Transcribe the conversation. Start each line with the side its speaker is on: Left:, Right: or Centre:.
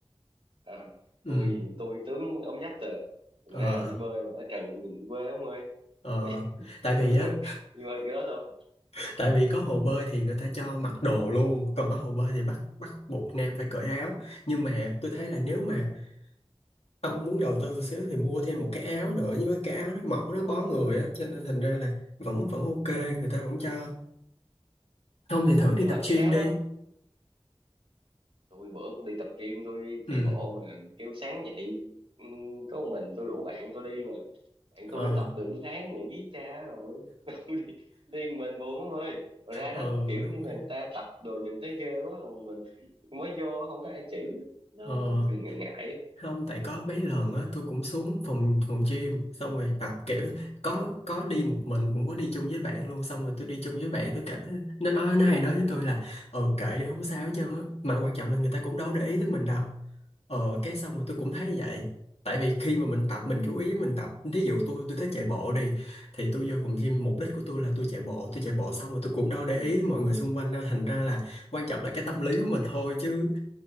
Right: à,
Left: ừ
Right: tôi tôi tướng ốm nhách rồi Thành
Left: ờ
Right: ra đi bơi mà ở trần nhìn quê ông ơi
Left: ờ
Right: tôi <laughs>
Left: tại
Right: tôi
Left: vì á
Right: dám đi bơi kiểu đó thôi
Left: <laughs> tại vì có hồ bơi thì người ta cho mặc đồ luôn còn có hồ bơi thì bắt bắt buộc nam phải cởi áo nhưng mà tôi thấy là nếu mà ông muốn đầu tư xíu thì mua thêm một cái áo nữa nhưng với cái áo nó mỏng nó bó người á cho nên thành ra là vẫn vẫn ok người ta vẫn cho không thì thử
Right: ủa
Left: đi
Right: nhưng
Left: tập
Right: mà cái
Left: gym
Right: áo
Left: đi
Right: đó tôi bữa cũng đi tập gym tôi
Left: ừ
Right: chạy bộ mà kêu sáng dậy ừ, có một mình tôi rủ bạn tôi đi mà bạn
Left: ờ
Right: tôi nó tập được một tháng nghỉ cha rồi <laughs> điên mình buồn lắm ơi rồi ra
Left: ờ
Right: đó kiểu
Left: đúng
Right: như là
Left: rồi
Right: người ta tập đồ nhìn thấy ghê quá còn mình mới vô không có ai chỉ nó
Left: ờ
Right: nó cứ ngại ngại á.
Left: không tại có mấy lần á tôi cũng xuống phòng phòng gym xong rồi tập kiểu có có đi một mình cũng có đi chung với bạn luôn xong rồi tôi đi chung với bạn tôi cảm thấy nó nói nó hay nói với tôi là ừ kệ đi không sao hết trơn á mà quan trọng là người ta cũng đâu để ý tới mình đâu Ờ cái xong rồi tôi cũng thấy vậy Tại vì khi mà mình tập mình chú ý mình tập Ví dụ tôi tôi thích chạy bộ đi Thì tôi vô phòng gym mục đích của tôi là tôi chạy bộ Tôi chạy bộ xong rồi tôi cũng đâu để ý mọi người xung quanh đâu Thành ra là quan trọng là cái tâm lý của mình thôi chứ